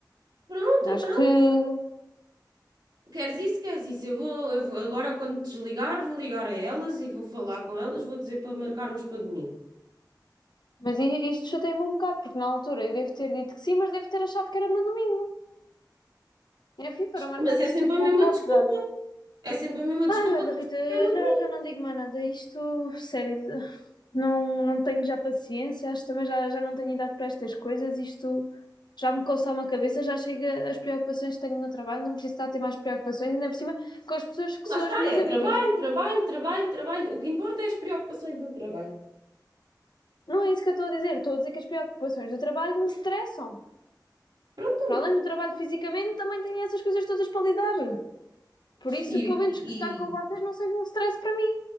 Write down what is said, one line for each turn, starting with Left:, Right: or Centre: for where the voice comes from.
Right: Pronto,
Left: Acho
Right: então.
Left: que.
Right: Queres isso, queres isso? Eu vou, eu vou- agora quando desligar, vou ligar a elas e vou falar com elas, vou dizer para marcarmos para domingo.
Left: Mas i- isto chateia-me um bocado, porque na altura eu devo ter dito que sim, mas devo ter achado que era no domingo. Enfim, para marcar
Right: Mas
Left: isso
Right: é sempre
Left: tudo para
Right: a mesma
Left: o
Right: desculpa.
Left: sábado.
Right: É sempre a mesma
Left: Ai,
Right: desculpa
Left: olha,
Right: que
Left: Rita,
Right: é no
Left: já,
Right: domingo.
Left: já não digo mais nada. Isto, sério, não, não tenho já paciência. Acho que também já, já não tenho idade para estas coisas. Isto já me coça uma cabeça, já chega as preocupações que tenho no trabalho. Não preciso estar a ter mais preocupações, ainda por cima com as pessoas que são
Right: Lá está,
Left: as minhas
Right: é
Left: amigas,
Right: trabalho,
Left: né?
Right: trabalho, trabalho, trabalho. O que importa é as preocupações do trabalho.
Left: Não é isso que eu estou a dizer. Estou a dizer que as preocupações do trabalho me estressam.
Right: Pronto.
Left: Para além do trabalho fisicamente, também tenho essas coisas todas para lidar. Por isso,
Right: E,
Left: pelo menos
Right: e,
Left: que
Right: e-
Left: estar com vocês não seja um stress para mim.